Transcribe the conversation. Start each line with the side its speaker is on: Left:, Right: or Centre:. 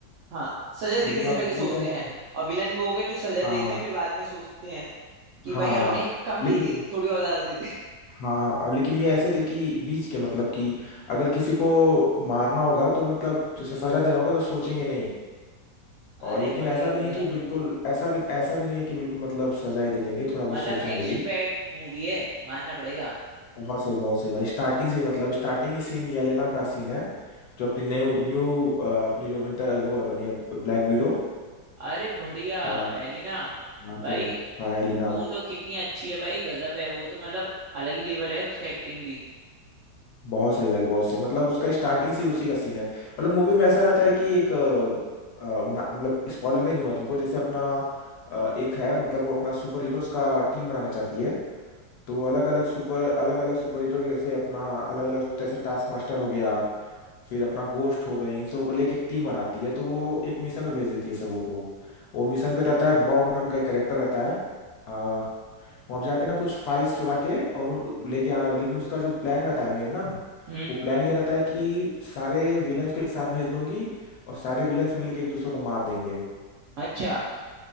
Right: हाँ सजा देने
Left: लेकिन
Right: से
Left: अब
Right: पहले सोचते
Left: वो कैसे
Right: हैं और विलन वो हो गए जो सजा
Left: हाँ
Right: देते
Left: हाँ
Right: हैं फिर बाद में सोचते हैं कि
Left: हाँ
Right: भाई हमने
Left: हाँ
Right: कम
Left: लेकिन
Right: दे दी थोड़ी और ज्यादा दे दी
Left: हाँ हाँ अब लेकिन ये ऐसे थे कि बीच के मतलब कि अगर किसी को मारना होगा तो मतलब जैसे सजा देना होगा तो सोचेंगे नहीं और
Right: अरे
Left: लेकिन
Right: बढ़िया
Left: ऐसा भी
Right: बढ़िया
Left: नहीं कि बिल्कुल ऐसा भी ऐसा भी नहीं है कि बिल्कुल मतलब सजा ही दे देंगे थोड़ा बहुत
Right: मतलब
Left: सोचेंगे
Right: एक्शन
Left: भी
Right: पैक मूवी है मानना पड़ेगा
Left: बहुत सही बहुत सही भाई स्टार्टिंग से ही मतलब स्टार्टिंग ही सीन येलेना का सीन है जो अपनी न्यू न्यू अ, अपनी जो विंटर वो है बनी है ब्लैक विडो
Right: अरे बढ़िया
Left: अ,
Right: एलिना
Left: हाँ
Right: भाई
Left: तो हाँ एलिना
Right: वो तो कितनी अच्छी है भाई गजब है वो तो मतलब अलग ही लेवल है उसका एक्टिंग भी
Left: बहुत सही भाई बहुत सही मतलब उसका स्टार्टिंग से ही उसी का सीन है मतलब मूवी में ऐसा रहता है कि एक अ, अ, ना- मतलब स्पॉइलर नहीं दूंगा तुमको जैसे अपना अ, एक है मतलब वो अपना सुपर हीरोज का टीम बनाना चाहती है तो वो अलग अलग सुपर अलग अलग सुपर हीरो जैसे अपना अलग अलग जैसे टास्क मास्टर हो गया फिर अपना गोस्ट हो गई इन सबको लेके एक टीम बनाती है तो वो एक मिशन में भेज देती है सबों को वो मिशन पे रहता है बॉब नाम का एक करेक्टर रहता है आ, वहाँ पे जाके ना कुछ फाइल्स चुरा के और उन- लेके आना लेकिन उसका जो प्लान रहता है मेन ना
Right: हम्म
Left: वो प्लान ये रहता है कि सारे विलन्स को एक साथ भेज दूंगी और सारे विलन्स मिलके एक दूसरे को मार देंगे
Right: अच्छा